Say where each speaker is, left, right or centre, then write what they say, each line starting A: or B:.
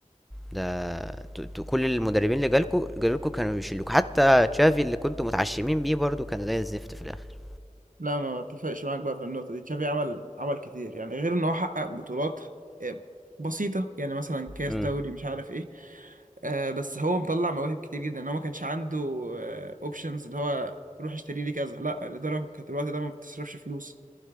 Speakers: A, in the centre; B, on the right.
A: ده انتوا- انتوا كل المدربين اللي جالكوا جالكوا كانوا بيشيلوكوا حتى تشافي اللي كنتوا متعشمين بيه برضو كان زي الزفت في الاخر
B: لا ما اتفقش معاك بقى في النقطة دي تشافي عمل عمل كتير يعني غير ان هو حقق بطولات آه، بسيطة يعني مثلا كاس
A: امم
B: دوري مش عارف ايه آه بس هو مطلع مواهب كتير جدا ان هو ما كانش عنده اوبشنز اللي هو روح اشتري لي كذا لا الإدارة كانت الوقت ده ما بتصرفش فلوس